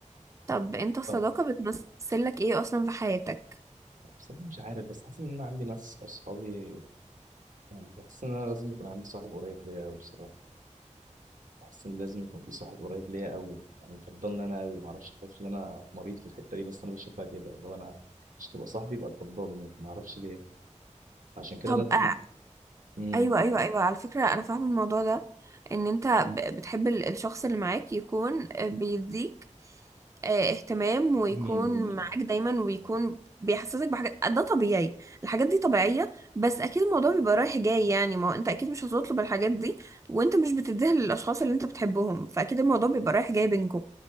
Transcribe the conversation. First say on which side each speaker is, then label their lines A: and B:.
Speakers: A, on the right; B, on the right.
A: طب انت الصداقه
B: طب
A: بتمثل لك ايه اصلا في حياتك
B: بصراحه مش عارف بس حاسس ان انا عندي ناس اصحابي يعني بحس ان انا لازم يكون عندي صاحب قريب ليا قوي بصراحه بحس ان لازم يكون في صاحب قريب ليا قوي يعني يفضلني انا قوي معرفش بحس ان انا مريض في الحته دي بس انا بشوفها كده اللي هو انا مش تبقى صاحبي يبقى تفضلني معرفش ليه عشان كده
A: طب
B: لازم
A: آه،
B: امم
A: ايوه ايوه ايوه على فكره انا فاهمه الموضوع ده ان انت ب- بتحب ال- الشخص اللي معاك يكون بيديك آه، اهتمام ويكون
B: امم
A: معاك دايما ويكون بيحسسك بحاجات ده طبيعي الحاجات دي طبيعية بس اكيد الموضوع بيبقى رايح جاي يعني ما هو انت اكيد مش هتطلب الحاجات دي وانت مش بتديها للاشخاص اللي انت بتحبهم فاكيد الموضوع بيبقى رايح جاي بينكم